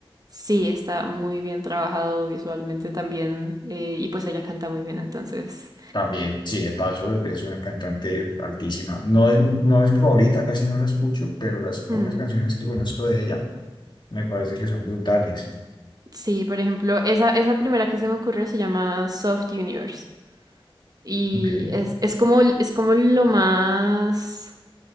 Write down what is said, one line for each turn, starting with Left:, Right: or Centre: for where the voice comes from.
Right: Sí, está muy bien trabajado visualmente también eh, y pues ella canta muy bien, entonces...
Left: También, sí, de paso es una cantante altísima. No es, no es mi favorita, casi no la escucho, pero las pocas
Right: mm,
Left: canciones que conozco de ella me parece que son brutales.
Right: Sí, por ejemplo, esa, esa primera que se me ocurrió se llama Soft Universe y
Left: Ok,
Right: es, es como, es como lo más...